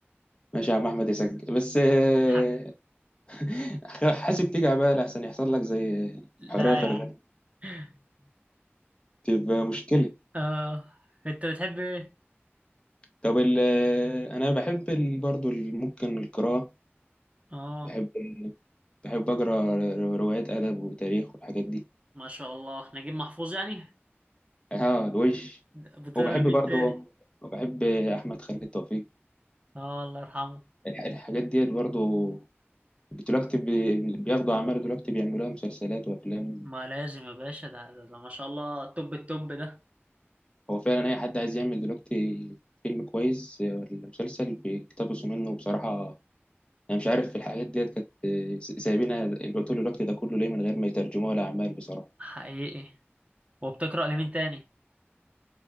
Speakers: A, on the left; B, on the right.
A: ماشي يا عم أحمد يسجل بس آه،
B: حاجة
A: <laughs> حاسب تيجي بقى لأحسن يحصل لك زي
B: لا
A: حرية فرغلي
B: يا عم <laughs>
A: تبقى مشكلة
B: آه. انت بتحب ايه؟
A: طب ال انا بحب ال- برضو ال- ممكن القراءة
B: اه
A: بحب ال- بحب اقرا روايات ادب وتاريخ والحاجات دي
B: ما شاء الله نجيب محفوظ يعني
A: اه الوش
B: بتقرا
A: وبحب
B: لمين
A: برضو
B: تاني
A: وبحب احمد خالد توفيق
B: اه الله يرحمه
A: الح- الحاجات ديت برضو دلوقتي بي- بياخدوا اعمال دلوقتي بيعملوها مسلسلات وافلام
B: ما لازم يا باشا ده, ده, ده ما شاء الله توب التوب ده
A: هو فعلا اي حد عايز يعمل دلوقتي فيلم كويس ولا مسلسل بيقتبسوا منه بصراحة انا مش عارف الحاجات ديت كانت سايبينها ال- طول الوقت ده كله ليه من غير ما يترجموها لاعمال بصراحة
B: حقيقي وبتقرا لمين تاني